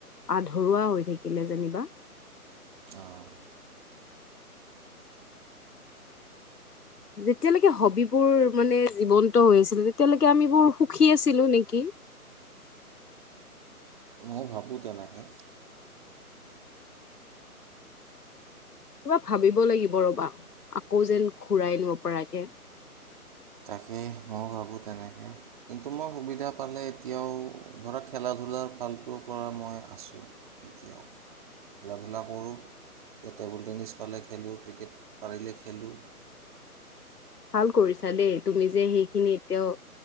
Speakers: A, on the left; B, on the right.
A: আধৰুৱা হৈ থাকিলে যেনিবা
B: অ'
A: যেতিয়ালৈকে হবিবোৰ মানে জীৱন্ত হৈ আছিল তেতিয়ালৈকে আমি বোৰ সুখী আছিলো নেকি
B: মই ভাবোঁ তেনেকৈ
A: কিবা ভাবিব লাগিব ৰ'বা। আকৌ যেন ঘুৰাই আনিব পৰাকে
B: তাকেই মই ভাবোঁ তেনেকৈ কিন্তু মই সুবিধা পালে এতিয়াও ধৰক খেলা ধূলাৰ ফালটোৰ পৰা মই আছোঁ এতিয়াও খেলা ধূলা কৰোঁ এতিয়া টেবুল টেনিছ পালে খেলোঁ ক্ৰিকেট পাৰিলে খেলোঁ।
A: ভাল কৰিছা দেই। তুমি যে সেইখিনি এতিয়াও